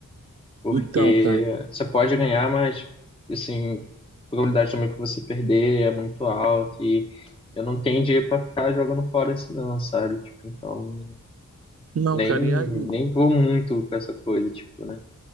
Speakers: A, on the left; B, on the right.
A: Porque
B: então, cara.
A: você pode ganhar, mas, assim, a probabilidade também pra você perder é muito alta e eu não tenho dinheiro pra ficar jogando fora assim, não, sabe? Tipo, então,
B: Não,
A: nem,
B: cara, e aí,
A: nem vou muito com essa coisa, tipo, né?